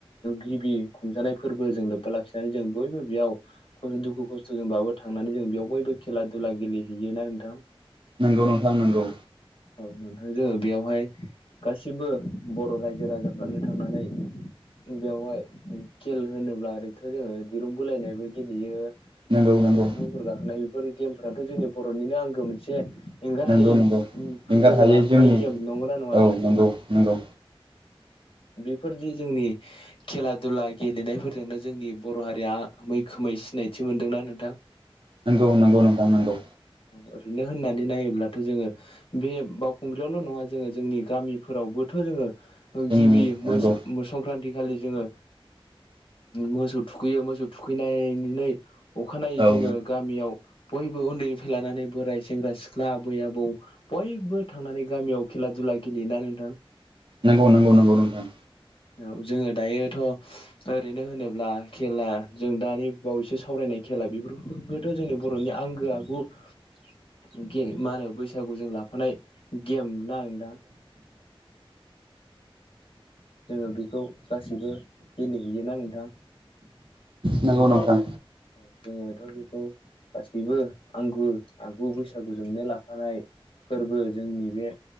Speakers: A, on the left (about 60°); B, on the right (about 60°).
A: गिबि खुंजानाय फोरबोजों लोब्बा लाखिनानै जों बयबो बेयाव दुखु खस्थजोंबाबो थांनानै जों बेयाव बयबो खेला दुला गेलेहैयोना नोंथां
B: नोंगौ नोंथां नंगौ
A: नोंथां जोङो बेयावहाय गासिबो बर रायजो राजाफ्रानो थांनानै बेवहाय खेल होनोब्ला ओरैथ जोङो दिरुं बोलायनायबो गेलेयो
B: नंगौ
A: थालिर
B: नंगौ
A: बिफांफोर गाखोनाय बेफोर गेमफोराथ जोंनि बरनिनो आंगो मोनसे एंगारहायै
B: नंगौ नंगौ
A: फोरबोजों
B: एंगार हायै
A: लाफानाय
B: जोंनि
A: गेम नंगौ नना नङा
B: औ
A: नोंथां
B: नंगौ नंगौ
A: बेफोरदि जोंनि खेला दुला गेलेनायफोरजोंनो जोंनि बर हारिया मैखोम सिनायथि मोनदोंना नोंथां
B: नंगौ नंगौ नोंथां नंगौ
A: ओरैनो होननानै नायोब्ला थ' जोङो बे बावखुंग्रियावल' नङा जोङो जोंनि गामिफोरावबोथ' जोङो
B: जोंनि
A: गिबि मो
B: नंगौ
A: मो संक्रान्ति ओइदिखालि <unintelligible> जोङो मोसौ थुखैयो मोसौ थुखैनायनि अखानायै
B: औ
A: जोङो गामियाव बयबो उन्दैनिफ्राय लानानै बोराइ सेंग्रा सिख्ला आबै आबौ बयबो थांनानै गामियाव खेला दुला बा गेलेयोना नोंथा?
B: नंगौ नंगौ नंगौ नोंथां
A: औ जोङो दायोथ' ओरैनो होनोब्ला खेला जों दानि बावैसो सावरायनाय खेला बेफोरबोथ' जोंनि बर'नि आंगो आगु <unintelligible> मा होनो बैसागुजों लाफानाय गेम ना नदां जोङो बेखौ गासिबो गेलेहैयोना नोंथां?
B: नंगौ नोंथां।
A: औ जोङोथ' बेखौ गासैबो आंगो आगु बैसागुजोंनो लाफानाय फोरबो जोंनि बे